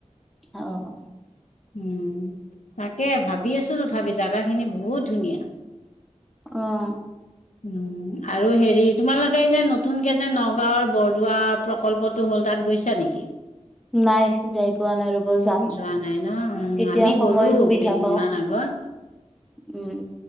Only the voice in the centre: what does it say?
অ',
অ',
নাই। যাই পোৱা নাই ৰ'ব যাম। কেতিয়া
সময়
সুবিধা
পাও?
উম।